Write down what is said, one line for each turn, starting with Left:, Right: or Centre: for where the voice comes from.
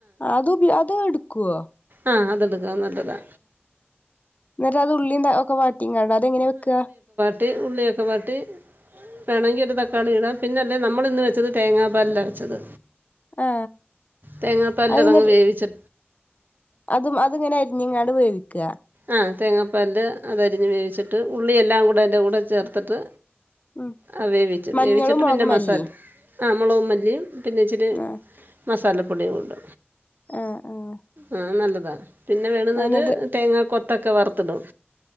Left: അത് ഉപയോ അതും എടുക്കോ
Right: ആ അതെടുക്കാ അത്‌ നല്ലതാ
Left: എന്നിട്ട് അത് ഉള്ളി തൊക്കെ വാട്ടി റ്റിങ്ങ അതെങ്ങനെ വെക്കാ
Right: ട്ടി ഉള്ളിയൊക്കെ വാട്ടി വേണമെങ്കി ഒരു തക്കാളി ഇടാം പിന്നല്ലേ നമ്മള് ഇന്ന് വെച്ചത് തേങ്ങാപ്പാലില വെച്ചത്
Left: ആ
Right: തേങ്ങാപ്പാലിൽ
Left: അത്ന്നി
Right: അതങ്ങ്
Left: ട്ട്
Right: വേവിച്ച്
Left: അതും അത്ങ്ങനെ ഞ്ഞുങ്ങാട് വേവിക്ക
Right: ആ തേങ്ങാപാലില് അതരിഞ്ഞ് വേവിച്ചിട്ട് ഉള്ളിയ എല്ലാം കൂടെ അയിന്റെ കൂടെ ചേർത്തിട്ട്.....
Left: ഉം
Right: ആ വേവിച്ചു
Left: മഞ്ഞളും
Right: വേവിച്ചിട്ട്
Left: മുളകും
Right: പിന്നെ
Left: മല്ലിയും
Right: മസാല.... ആ മുളകു മല്ലി പിന്നെ ഇച്ചിരി....
Left: ആഹ്
Right: മസാലപ്പൊടിയും ഉണ്ട്
Left: ആഹ് ആഹ്
Right: ആ നല്ല താ.... വ പിന്നെ വേണുന്നര്
Left: എന്നിട്ട്
Right: തേങ്ങ പാ..... കൊത്തൊക്കെ വർത്തിടും